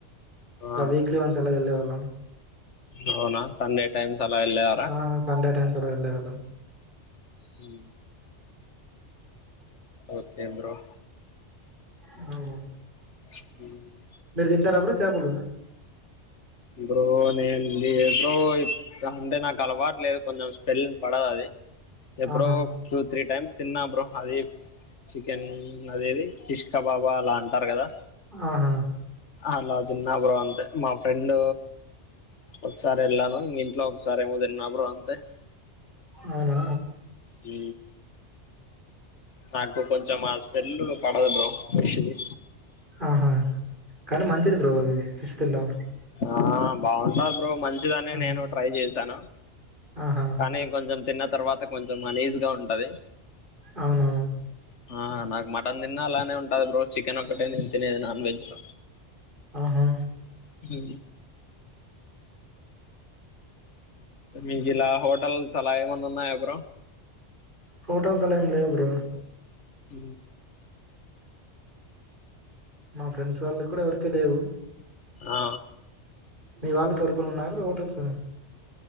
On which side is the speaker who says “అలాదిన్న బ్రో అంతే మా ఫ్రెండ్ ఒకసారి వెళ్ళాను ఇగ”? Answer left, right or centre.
Left